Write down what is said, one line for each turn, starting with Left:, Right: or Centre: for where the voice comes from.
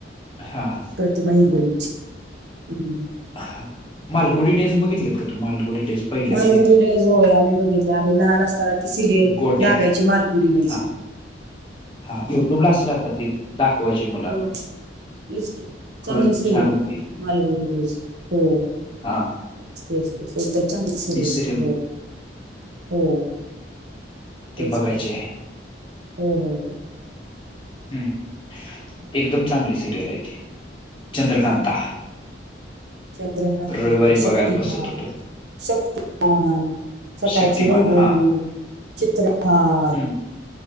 Left: हांा.
Right: प्रतिमय गुलीची हम्म.
Left: हा मालगुडी टेस्ट बघितलेत का तू मालगुडी टेस्ट पहिल्यातले.
Right: मालगुडी डेज होय आम्ही बघितले आम्ही लहान असताना ती सिरियल
Left: गोट्या
Right: लागायची मालगुडी डेच.
Left: हा हा युट्यूब लाच राहात ती दाखवायचे मुलांना
Right: हो. तेच
Left: खरंच
Right: चांगले सिरियल
Left: छान
Right: आहे
Left: होती
Right: मालगुडी डेज हो.
Left: हा.
Right: तेस तेस एकदम चांगली स
Left: ती
Right: होती
Left: सिरियल
Right: हो हो. तेच
Left: ती बघायची
Right: की हो हो हो.
Left: हम् एकदम चांगली सिरियल आहे ते चंद्रकांता
Right: चंद्रकांतन
Left: रविवारी
Right: शक्तिमान
Left: बघायला बसत होतो
Right: शक्तमान सकाळची
Left: शक्तिमान
Right: रंगोली
Left: हा
Right: चित्रहार
Left: हम्म,